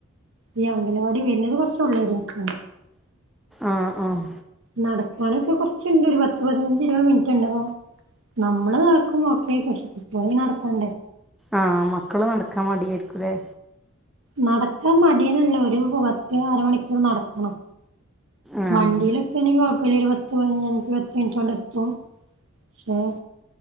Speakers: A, on the right; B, in the centre.
A: ഈ അംഗലവാടി വരുന്നത് കൊറ്ച്ച് ഉള്ളേരീക്കാണ്.
B: ആഹ് ആഹ്.
A: നടക്കാാനൊക്കെ കൊറച്ച്ണ്ട് ഒരു പത്ത് പതിനഞ്ച് ഇരുപത് മിനിറ്റ്ണ്ടവോ. നമ്മള് നടക്കുമ്പോ ഒക്കെ പക്ഷേ കുട്ടിയാളിങ്ങനെ നടക്കണ്ടേ?
B: ആഹ് മക്കള് നടക്കാൻ മടിയായിരിക്കൂല്ലേ?
A: നടക്കാൻ മടിന്നല്ല ഒരു പത്ത് അര മണിക്കൂർ നടക്കണം.
B: ആഹ്
A: വണ്ടിയിലൊക്കെ ആണെങ്കിൽ കൊഴപ്പല്ല ഒരുപത്ത്. <unintelligible> എത്തും പക്ഷേ.